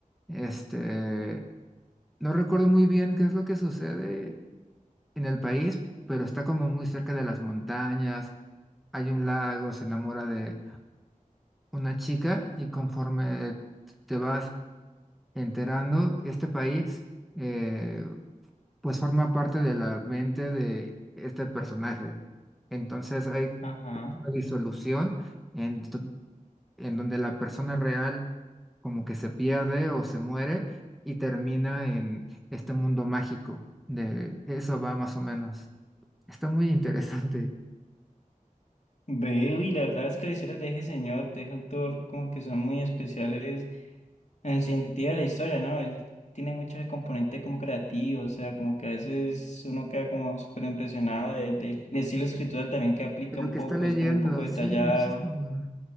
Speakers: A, in the centre; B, on the left.
A: este, no recuerdo muy bien qué es lo que sucede en el país, pero está como muy cerca de las montañas, hay un lago, se enamora de una chica y conforme te vas enterando, este país eh, pues forma parte de la mente de este personaje. Entonces hay
B: Ajá.
A: una disolución en, do- en donde la persona real como que se pierde o se muere y termina en este mundo mágico. De eso va más o menos. Está muy interesante.
B: Veo y la verdad es que las historias de ese señor, de ese autor, como que son muy especiales En el sentido de la historia, ¿no? Él tiene muchos componentes como creativos, o sea, como que a veces uno queda como súper impresionado de, de, de estilo de escritura también que aplica
A: Lo
B: un
A: que
B: poco,
A: está leyendo,
B: es como un poco detallado.
A: sí, muchísimo.